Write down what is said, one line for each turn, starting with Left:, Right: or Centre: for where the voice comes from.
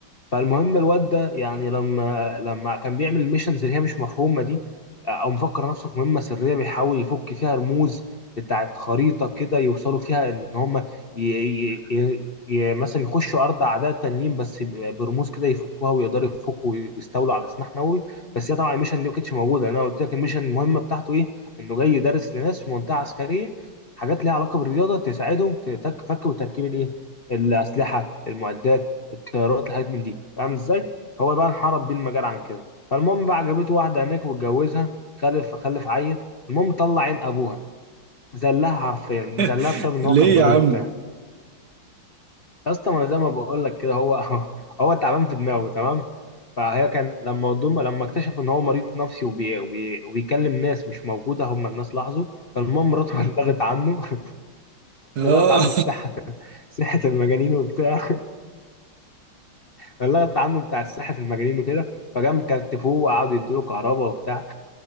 Left: فالمهم الواد ده يعني لما لما كان بيعمل الميشنز اللي هي مش مفهومه دي او مفكر نفسه في مهمه سريه بيحاول يفك فيها رموز بتاعت خريطه كده يوصلوا فيها ان هم ي... ي... ي... ي- مثلا يخشوا ارض اعداء تانيين بس ب- برموز كده يفكوها ويقدروا يفكوا ويستولوا على سلاح نووي بس هي طبعا الميشن دي ما كانتش موجوده لأن انا قلت لك الميشن المهمه بتاعته ايه انه جاي يدرس لناس في منطقه عسكريه حاجات ليها علاقه بالرياضه تساعدهم في تك- فك وتركيب الايه الاسلحه المعدات الطيارات الحاجات من دي فاهم ازاي هو بقى انحرف بيه المجال عن كده فالمهم بقى عجبته واحده هناك واتجوزها خلف خلف عيل المهم طلع عين ابوها زلها حرفيا
Right: <laughs>
Left: زلها بسبب ان
Right: ليه
Left: هو كان مريض
Right: يا عم
Left: وبتاع يا اسطى ما انا زي ما بقول لك كده هو <laughs> هو تعبان في دماغه تمام فهي كان لما ضم لما اكتشف ان هو مريض نفسي وبي... وبي... وبيكلم ناس مش موجوده هم الناس لاحظوا فالمهم مراته <laughs> بلغت عنه <laughs>
Right: اه
Left: بلغت عنه الصحه صحه المجانين وبتاع فاللغط عنه بتاع الساحة المجانين وكده فجم كتفوه وقعدوا يدوا له كهرباء وبتاع